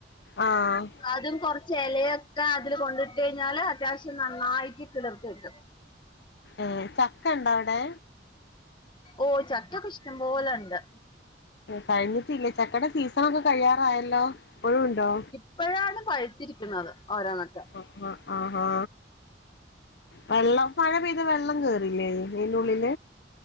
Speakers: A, on the left (about 65°); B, on the left (about 25°).
A: ആഹ്
B: അതും കുറച്ചേലോക്കെ അതില് കൊണ്ടിട്ട് കഴിഞ്ഞാല് അത്യാവശ്യം നന്നായിട്ട് കിളിർത്തു കിട്ടും
A: ഏഹ് ചക്കണ്ടോ അവോടെ
B: ഓ ചക്കക്കെ ഇഷ്ട്ടമ്പോലെണ്ട്
A: കഴിഞ്ഞിട്ടില്ലേ ചക്കട സീസണക്കെ കഴിയാറായല്ലോ പ്പഴുംണ്ടോ
B: ഇപ്പോഴാണ് പഴുത്തിരിക്കുന്നത് ഓരാന്നൊക്കെ
A: ആഹ് ആഹാ വെള്ളം മഴ പെയ്താ വെള്ളം കേറില്ലേ അയിന്റുള്ളിൽ